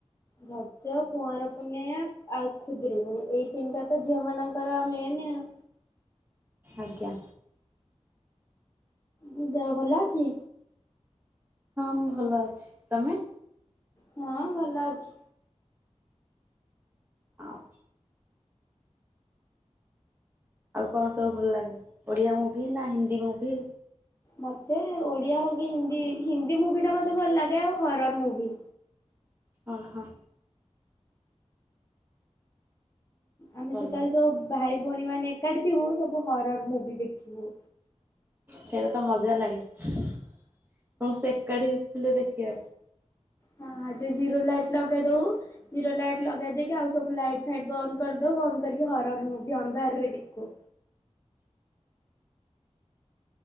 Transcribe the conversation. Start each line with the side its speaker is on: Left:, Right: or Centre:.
Left: ରଜ କୁଆଁର ପୂଣିଆ ଆଉ ଖୁଦୁରୁକୁଣୀ ଏଇ ତିନିଟା ତ ଝିଅ ମାନଙ୍କର ମେନେ ଆଉ।
Right: ଆଜ୍ଞା
Left: ଉ ଦେହ ଭଲ ଅଛି?
Right: ହଁ ମୁଁ ଭଲ ଅଛି ତମେ?
Left: ହଁ ଭଲ ଅଛି।
Right: ଆଉ ଆଉ କଣ ସବୁ ଭଲ ଲାଗେ ଓଡ଼ିଆ ମୁଭି ନା ହିନ୍ଦୀ ମୁଭି?
Left: ମତେ ଓଡ଼ିଆ ହଉ କି ହିନ୍ଦୀ ହିନ୍ଦୀ ମୁଭି ଟା ମତେ ଭଲ ଲାଗେ ଆଉ ହରର ମୁଭି।
Right: ଓ ହ
Left: ଆମେ
Right: ଭଲ
Left: ସେତେବେଳେ ସବୁ ଭାଇ ଭଉଣୀ ମାନେ ଏକାଠି ଥିବୁ ସବୁ ହରର ମୁଭି ଦେଖିବୁ।
Right: ସେଇଟା ତ ମଜା ଲାଗେ। ସମସ୍ତେ ଏକାଠି ଥିଲେ ଦେଖିବାକୁ।
Left: ହଁ ଆଉ ଯୋଉ ଜିରୋ ଲାଇଟ ଲଗେଇ ଦଉ ଜିରୋ ଲାଇଟ ଲଗେଇ ଦେଇକି ଆଉ ସବୁ ଲାଇଟ ଫାଇଟ ବନ୍ଦ କରି ଦଉ ବନ୍ଦ କରିକି ହରର ମୁଭି ଅନ୍ଧାରରେ ଦେଖୁ।